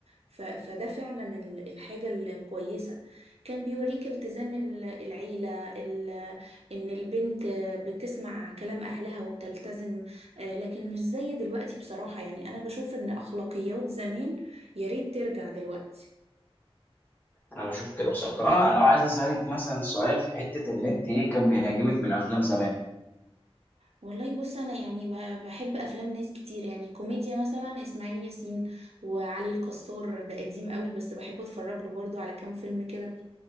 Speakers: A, on the right; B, on the left.
A: ف- فده فعلا ال- الحاجة الكويسة كان بيوريك التزام ال- العيلة ال- ان البنت بتسمع كلام اهلها وبتلتزم آه، لكن مش زي دلوقتي بصراحة يعني أنا بشوف إن أخلاقيات زمان يا ريت ترجع دلوقتي
B: أنا بشوف كده بصراحة طب أنا بقى لو عايز أسألك مثلا سؤال في حتة إن أنت إيه كان بيعجبك من أفلام زمان؟
A: والله بص أنا يعني ب- بحب أفلام ناس كتير يعني كوميديا مثلا إسماعيل ياسين وعلي الكسار ده قديم قوي بس بحب أتفرج له برضه على كام فيلم كده